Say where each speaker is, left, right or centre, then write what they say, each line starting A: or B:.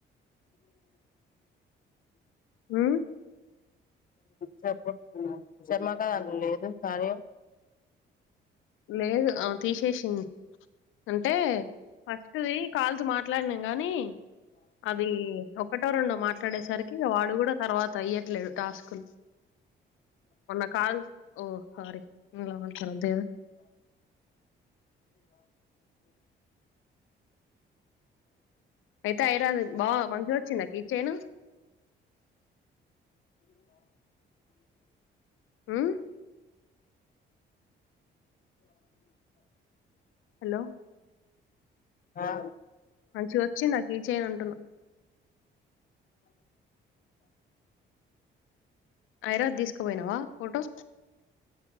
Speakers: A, on the left (about 80°); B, on the left (about 45°).
A: మ్మ్
B: చెప్పు చెమ్మక్క లేదు కార్య
A: లేదు అ తీసేసింది అంటే ఫస్ట్ ది కాల్స్ మాట్లాడినాం గాని అవి ఒకటో రెండో మాట్లాడేసరికి వాడు కూడా తర్వాత ఇయ్యట్లేదు టాస్కులు మన్న కాల్ ఓ సారీ ఇందుల మాట్లాడకూడదు కదా అయితే ఐరాద్ బా మంచిగొచ్చిందా కీ చైను మ్మ్ హలో
B: ఆ
A: మంచిగొచ్చిందా కీ చైన్ అంటున్నా ఐరాద్ తీసుకుపోయినావా ఫోటో